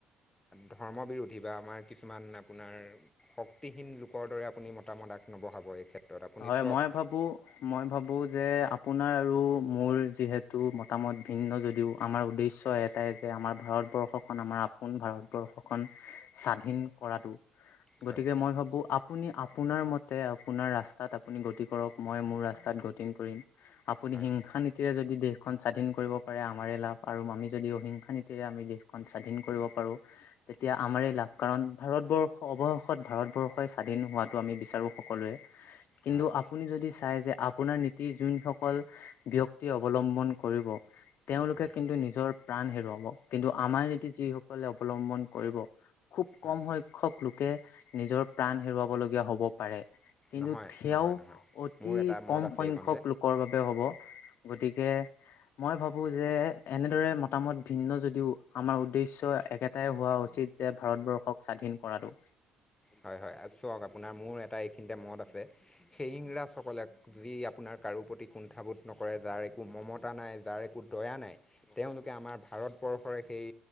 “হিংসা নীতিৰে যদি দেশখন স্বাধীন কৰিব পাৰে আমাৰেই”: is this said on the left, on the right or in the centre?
Left